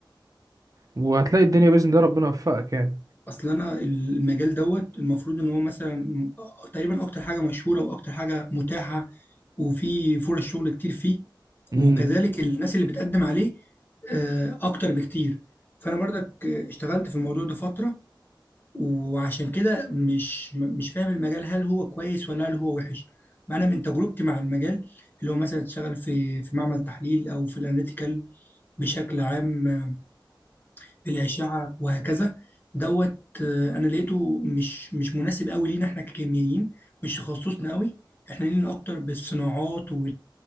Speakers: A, on the right; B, on the left.
A: وهتلاقي الدنيا باذن الله ربنا يوفقك يعني
B: اصل انا المجال دوت المفروض ان هو مثلا م- تقريبا اكتر حاجه مشهوره واكتر حاجه متاحه وفي فرص شغل كتير فيه
A: امم
B: وكذلك الناس اللي بتقدم عليه آه، اكتر بكتير فانا برضك آه، اشتغلت في الموضوع ده فتره وعشان كده مش م- مش فاهم المجال هل هو كويس ولا هل هو وحش ما انا من تجربتي مع المجال اللي هو مثلا تشتغل في في معمل تحليل او في الاناليتيكال بشكل عام آه، في الأشعة وهكذا دوت آه، أنا لقيته مش مش مناسب قوي لينا احنا ككيميائيين مش تخصصنا قوي احنا لينا أكتر بالصناعات